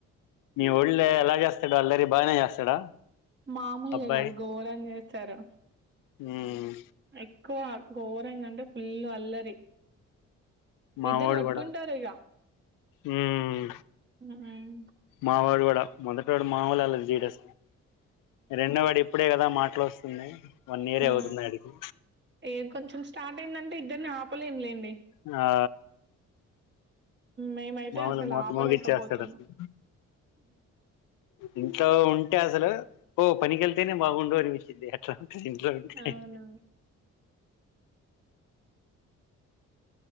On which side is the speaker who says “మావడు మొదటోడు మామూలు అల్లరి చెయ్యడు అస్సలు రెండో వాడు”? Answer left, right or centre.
Left